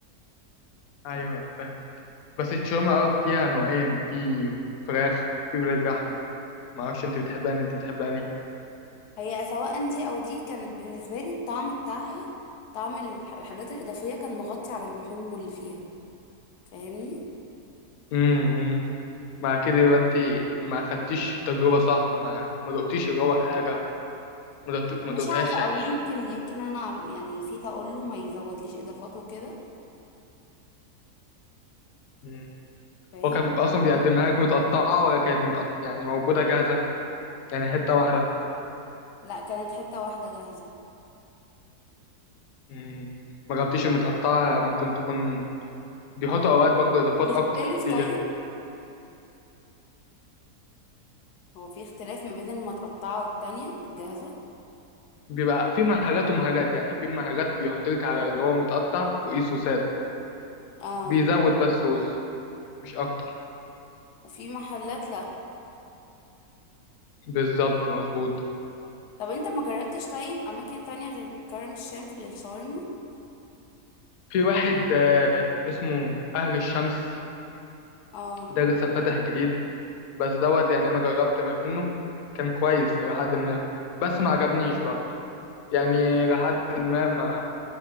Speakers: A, on the left; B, on the left.
A: ايوه فاهم بس الشاورما اه فيها نوعين في فراخ وفي ولاد لحمة ما اعرفش انت بتحب انهي انت بتحب انهي
B: هي سواء دي او دي كانت بالنسبة لي الطعم بتاعها طعم الح- الحاجات الإضافية كان مغطي على اللحوم واللي فيها فاهمني
A: امم مع كده يبقى انت ما خدتيش التجربة صح ما ما دقتيش اللي هو الحاجة ما دقت-
B: مش
A: ما دقتهاش
B: عارفة
A: يعني
B: او يمكن يمكن انا يعني نسيت اقول له ما يزودليش اضافات وكده
A: مم.
B: فاهم
A: هو كان اصلا بيقدمها لك متقطعة ولا كانت متقطعة يعني موجودة جاهزة يعني حتة واحدة
B: لا كانت حتة واحدة جاهزة
A: مم. ما جبتيش المتقطعة ممكن تكون بيحطوا اوقات برضه اضافات
B: بتختلف
A: اكتر فيها
B: طيب هو في اختلاف ما بين المتقطعة والتانية الجاهزة
A: بيبقى في محلات ومحلات يعني في محلات بيحط لك على اللي هو متقطع فوقيه صوصات
B: اه
A: بيزود بس صوص مش اكتر
B: وفي محلات لا
A: بالظبط مظبوط
B: طب انت ما جربتش طيب اماكن تانية غير كرم الشام في الشاورما
A: في واحد آه، اسمه اهل الشمس
B: اه
A: ده لسه فاتح جديد بس دوت يعني انا جربت منه كان كويس الى حد ما بس ما عجبنيش برضه يعني الى حد ما, ما